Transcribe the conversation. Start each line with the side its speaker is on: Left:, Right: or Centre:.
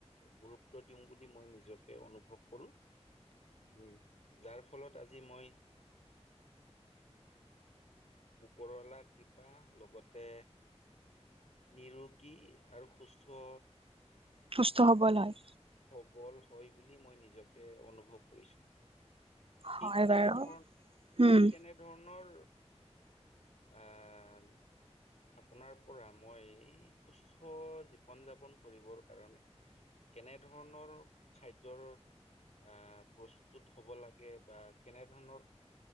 Left: গুৰুত্ব দিওঁ বুলি মই নিজকে অনুভৱ কৰো উম, যাৰ ফলত আজি মই ওপৰলা কৃপা লগতে নিৰোগী আৰু সুস্থ
Right: সুস্থ সবল হয়
Left: সবল হয় বুলি মই নিজকে অনুভৱ কৰিছোঁ
Right: হয়
Left: ঠিক তেনেধৰণ
Right: বাৰু উম
Left: ঠিক তেনেধৰণৰ আহ। আপোনাৰ পৰা মই সুস্থ জীৱন যাপন কৰিবৰ কাৰণে- কেনে ধৰণৰ- খাদ্যয়ৰ আহ প্ৰস্তুত হ'ব লাগে বা কেনেধৰণৰ-